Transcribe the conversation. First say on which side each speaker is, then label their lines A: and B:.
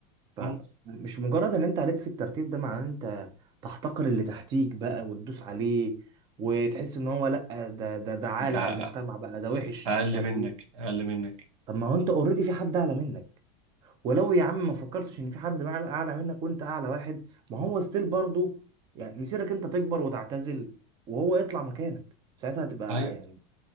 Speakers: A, on the right (about 25°); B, on the right (about 85°).
A: فمش
B: امم
A: مجرد ان انت عليت في الترتيب ده معناه ان انت تحتقر اللي تحتيك بقى وتدوس عليه وتحس ان هو لا ده ده ده عال
B: ده
A: على المجتمع بقى ده وحش
B: اقل
A: ده مش عارف
B: منك
A: ايه
B: اقل منك
A: طب ما هو انت اوريدي في حد اعلى منك ولو يا عم ما فكرتش ان في حد معل- اعلى منك وانت اعلى واحد ما هو ستيل برضو يعني مسيرك انت تكبر وتعتزل وهو يطلع مكانك ساعتها هتبقى
B: أيوه.
A: يعني